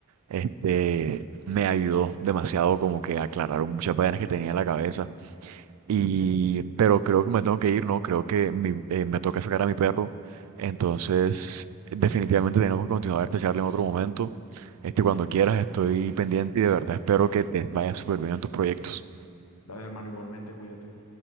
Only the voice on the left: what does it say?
Dale, hermano, igualmente, cuídate.